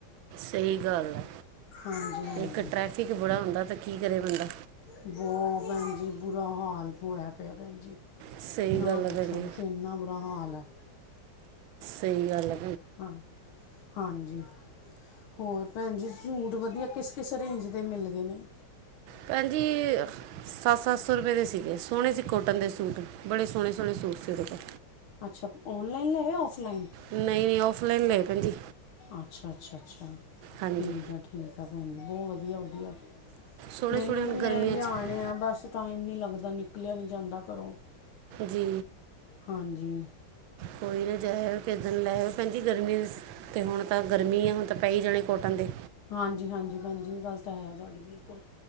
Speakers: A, on the right; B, on the left.
A: ਸਹੀ ਗੱਲ ਹੈ,
B: ਹਾਂਜੀ ਹਾਂਜੀ
A: ਇੱਕ ਟਰੈਫਿਕ ਬੜਾ ਹੁੰਦਾ। ਤਾਂ ਕੀ ਕਰੇ ਬੰਦਾ?
B: ਬਹੁਤ ਭੈਣ ਜੀ, ਬੁਰਾ ਹਾਲ ਹੋਇਆ ਪਿਆ ਭੈਣ ਜੀ।
A: ਸਹੀ
B: ਨਾ
A: ਗੱਲ ਹੈ
B: ਪੁੱਛੋ
A: ਭੈਣ ਜੀ
B: ਤੁਸੀ ਇੰਨਾ ਬੁਰਾ ਹਾਲ ਆ।
A: ਸਹੀ ਗੱਲ ਆ।
B: ਹਾਂ ਹਾਂਜੀ। ਹੋਰ ਭੈਣ ਜੀ ਸੂਟ ਵਧੀਆ ਕਿਸ -ਕਿਸ ਰੇਂਜ ਦੇ ਮਿਲ ਗਏ ਨੇ?
A: ਭੈਣ ਜੀ। ਸੱਤ -ਸੱਤ ਸੌ ਰੁਪਏ ਦੇ ਸੀਗੇ ਸੋਹਣੇ ਸੀ ਕੋਟਨ ਦੇ ਸੂਟ ਬੜੇ ਸੋਹਣੇ -ਸੋਹਣੇ ਸੂਟ ਸੀ ਉਹਦੇ ਕੋਲ।
B: ਅੱਛਾ ਔਨਲਾਈਨ ਲਏ ਹੈ ਜਾਂ ਔਫਲਾਈਨ?
A: ਨਹੀਂ- ਨਹੀਂ ਔਫਲਾਈਨ ਲਏ ਭੈਣ ਜੀ।
B: ਅੱਛਾ- ਅੱਛਾ- ਅੱਛਾ
A: ਹਾਂਜੀ
B: ਠੀਕ ਆ, ਠੀਕ ਆ ਭੈਣ ਜੀ ਬਹੁਤ ਵਧੀਆ- ਵਧੀਆ।
A: ਸੋਹਣੇ
B: ਮੈਨੂੰ
A: ਸੋਹਣੇ ਹੁਣ
B: ਵੀ
A: ਗਰਮੀਆਂ
B: ਮੇ ਲਿਆਉਣੇ
A: 'ਚ
B: ਆ ਬਸ ਟਾਈਮ ਨੀ ਲੱਗਦਾ ਨਿਕਲਿਆ ਨੀ ਜਾਂਦਾ ਘਰੋਂ
A: ਜੀ
B: ਹਾਂਜੀ
A: ਕੋਈ ਨਾ ਜਾਇਓ ਕਿੱਦਣ ਲੈ ਆਓ ਭੈਣਜੀ ਗਰਮੀ ਤੇ ਹੁਣ ਤਾਂ ਗਰਮੀ ਆ ਹੁਣ ਤਾਂ ਪੈ ਹੀ ਜਾਣੇ ਕੋਟਨ ਦੇ
B: ਹਾਂਜੀ- ਹਾਂਜੀ ਭੈਣ ਜੀ ਇਹ ਗੱਲ ਤਾਂ ਹੈ ਤੁਹਾਡੀ ਬਿਲਕੁਲ,